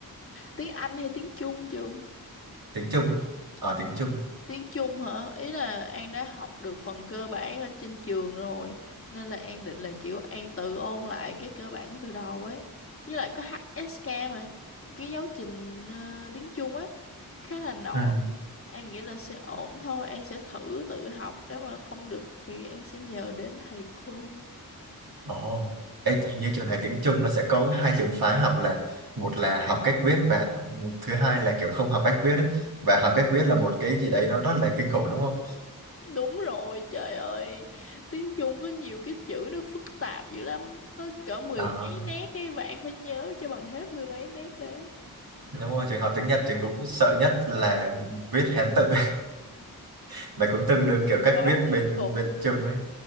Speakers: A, on the left; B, on the right.
A: Tiếng Anh hay tiếng Trung trường?
B: Tiếng Trung á. Ờ tiếng Trung.
A: Tiếng Trung hả? Ý là An đã học được phần cơ bản ở trên trường rồi nên là An định là kiểu An tự ôn lại cái cơ bản từ đầu ấy. Với lại có HSK mà cái giáo trình ờ, tiếng Trung á khá là nổi.
B: Ừ.
A: An nghĩ là sẽ ổn thôi, An sẽ thử tự học nếu mà không được thì An sẽ nhờ đến thầy cô.
B: Ồ. Ê, hình như trường thầy tiếng Trung nó sẽ có hai trường phái học là một là học cách viết và thứ hai là kiểu không học cách viết ấy. Và học cách viết là một cái gì đấy nó rất là kinh khủng đúng không?
A: Đúng rồi, trời ơi. Tiếng Trung có nhiều cái chữ nó phức tạp dữ lắm. Nó cỡ mười
B: Ờ.
A: mấy nét ấy và An phải nhớ cho bằng hết mười mấy nét đấy.
B: Đúng rồi, trường học tiếng Nhật trường cũng sợ nhất là viết Hán tự <laughs> là cũng tương đương kiểu cách
A: quá
B: viết
A: kinh
B: bên
A: khủng
B: bên Trung ấy.